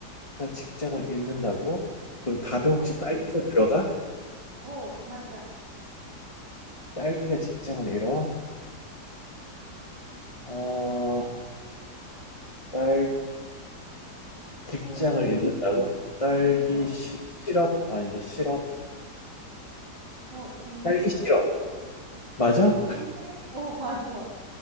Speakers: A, on the left (about 20°); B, on the right (about 75°).
A: 딸기가 직장을 잃는다고? 그럼 답에
B: 어,
A: 혹시
B: 딸기.
A: 딸기가 들어가?
B: 어, 맞아.
A: 딸기가 직장을 잃어? 어, 딸, 직장을
B: 딸기.
A: 잃는다고? 딸기
B: 어,
A: 시, 실업? 아닌데, 실업?
B: 어, 딩동댕.
A: 딸기 실업. 맞아?
B: 딩동댕? 어, <laughs> 맞아.